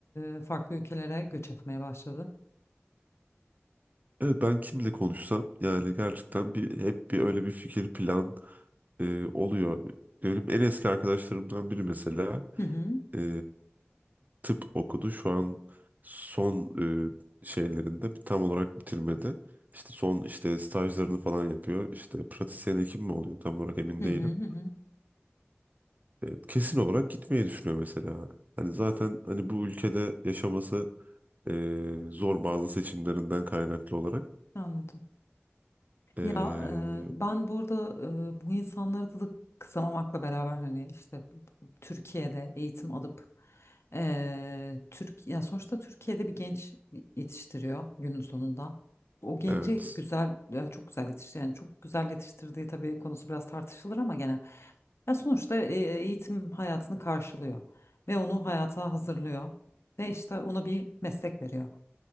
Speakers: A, on the left (about 75°); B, on the right (about 40°).
A: e, farklı ülkelere göç etmeye başladı.
B: Evet ben kimle konuşsam yani gerçekten bir hep bir öyle bir fikir plan e, oluyor. Benim en eski arkadaşlarımdan biri mesela
A: Hı hı,
B: e, tıp okudu. Şu an son e, şeylerinde bir tam olarak bitirmedi. İşte son işte stajlarını falan yapıyor. İşte pratisyen hekim mi oluyor tam olarak emin
A: hı
B: değilim.
A: hı, hı hı.
B: E, kesin olarak gitmeyi düşünüyor mesela. Hani zaten hani bu ülkede yaşaması Ee, zor bazı seçimlerinden kaynaklı olarak.
A: Anladım.
B: Ee,
A: Ya e, ben burada e, bu insanları da kısamamakla beraber hani işte Türkiye'de eğitim alıp e, Türk ya sonuçta Türkiye'de bir genç yetiştiriyor günün sonunda. O genci
B: evet,
A: güzel, ya çok güzel yetiştiriyor. Yani çok güzel yetiştirdiği tabii konusu biraz tartışılır ama gene. Ya sonuçta e, eğitim hayatını karşılıyor ve onu hayata hazırlıyor ve işte ona bir meslek veriyor.